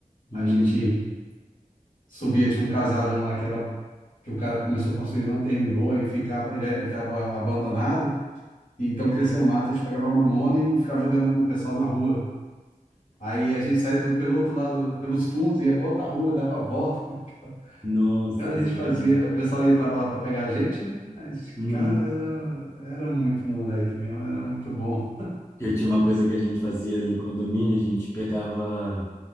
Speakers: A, on the left; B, on the left.
A: Hum,
B: a gente subia, tinha um casarão lá que era, que o cara começou a construir e não terminou, e ficava, ele, ele tava abandonado, e então cresceu um mato, a gente pegava mamona e ficava jogando no pessoal na rua. Aí a gente saía do, pelo outro lado, pelos fundos, ia pra outra rua, dava a volta. <laughs>
A: nossa,
B: Cara, a
A: que
B: gente
A: sacanagem.
B: fazia, o pessoal ia, tava lá pra pegar a gente, né? A gente,
A: Uhum.
B: cara, era, era muito moleque mesmo, era muito bom.
A: Eu tinha uma coisa que a gente fazia no condomínio, a gente pegava.